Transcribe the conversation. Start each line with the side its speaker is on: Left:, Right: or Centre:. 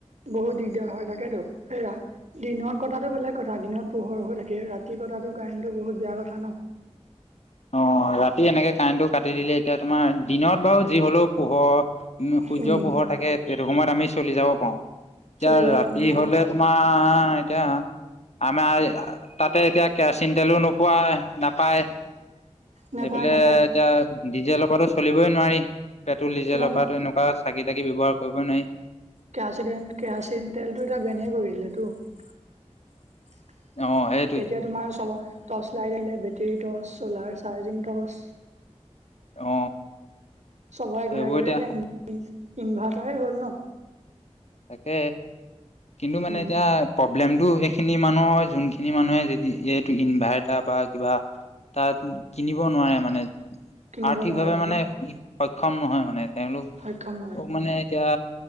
Right: বহুত দিগদাৰ হয় থাকেতো সয়া দিনত কথাতটো বেলেগ কথা দিনত পোহৰ হৈ থাকে ৰাতি কতটো কাৰেণ্টটো বহুত বেয়া কথা ন <inaudible>
Left: অ ৰাতি এনেকে কাৰেণ্টটো কাটি দিলে এতিয়া তোমাৰ দিনত বাৰু যি হলেও পোহৰ সূৰ্য
Right: উম
Left: পোহৰ থাকে সেইটো সময়ত আমি চলি যাব পাওঁ এতিয়া
Right: চলি যাব
Left: ৰাতি
Right: পাৰোতে যদি
Left: হলে তোমাৰ এতিয়া আমাৰ তাতে এতিয়া কেৰাচিন তেলো নোপোৱা নাপায় সেইফালে
Right: নেপায় নেপায়
Left: এতিয়া ডিজেলেলপো চলিবই নোৱাৰি পেট্ৰল ডিজেলৰ
Right: তোমাৰতো
Left: পৰা এনেকুৱা চাকি তাকি ব্যৱহাৰ কৰিবই নায়
Right: কেৰাচ কেৰাচিন তেলটো এটা বেনিয়ে কৰিলে টো এতিয়া
Left: অ সেইটোৱে
Right: তোমাৰ চব টৰ্চ লাই থিলে বেটেৰীট টৰ্চ চ'লাৰ চাৰ্জিং টৰ্চ <inaudible>
Left: অ
Right: চবৰে
Left: সেইবোৰ
Right: ঘৰে ঘৰেতি
Left: এতিয়া
Right: আহনি ইনভাৰ্টাৰেই হ'ল ন
Left: তাকে কিন্তু মানে
Right: উম
Left: এতিয়া লেমটো এইখিনি মানুহৰ হয় যোনখিনি মানুহে যদি এইটো ইনভাৰ্টাৰ বা কিবা তাত কিনিব নোৱাৰে মানে
Right: কিনিব
Left: আৰ্থিক
Right: নোৱাৰেহে
Left: ভাৱে মানে সক্ষম নহয় মানে তেওঁলোক
Right: সক্ষম নহয়
Left: অ মানে এতিয়া